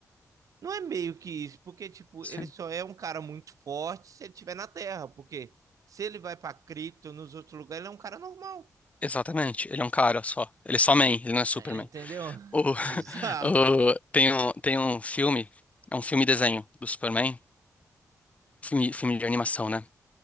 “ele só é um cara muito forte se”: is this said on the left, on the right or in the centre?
Right